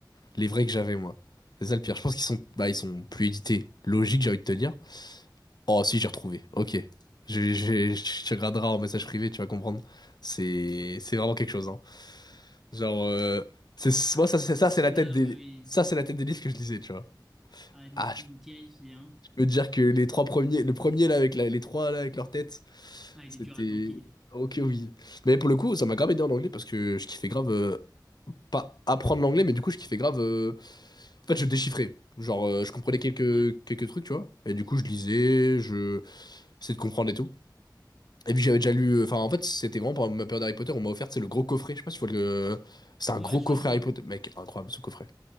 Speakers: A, on the left; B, in the centre.
A: les vrais que j'avais moi. C'est ça le pire, je pense qu'ils sont, bah, ils sont plus édités. Logique, j'ai envie de te dire. Oh, si, j'ai retrouvé. Ok. Je, je, je te graderai en message privé, tu vas comprendre. C'est, c'est vraiment quelque chose, hein. Genre, euh, c'est,
B: Ah,
A: moi, ça, c'est
B: c'est
A: ça,
B: cela,
A: c'est la tête des,
B: oui, oui.
A: ça, c'est la tête des listes que je lisais, tu vois.
B: Ah, il me,
A: Ah, je,
B: il me terrifie, hein.
A: je peux te dire que les trois premiers, le premier là, avec la- les trois là, avec leur tête,
B: Ah, il
A: c'était,
B: est dur à tanker.
A: ok, oui. Mais pour le coup, ça m'a grave aidé en anglais parce que je kiffais grave, euh, pas apprendre l'anglais, mais du coup, je kiffais grave, euh, en fait, je déchiffrais. Genre, euh, je comprenais quelques,
B: Ouais.
A: quelques trucs, tu vois. Et du coup, je lisais, je, essayais de comprendre et tout. Et puis j'avais déjà lu, enfin en fait c'était vraiment pendant ma période Harry Potter, on m'a offert c'est le gros coffret, je sais pas si tu vois le, c'est un
B: Ouais,
A: gros
B: je
A: coffret
B: crois que je vois.
A: Harry Potter, mec incroyable ce coffret,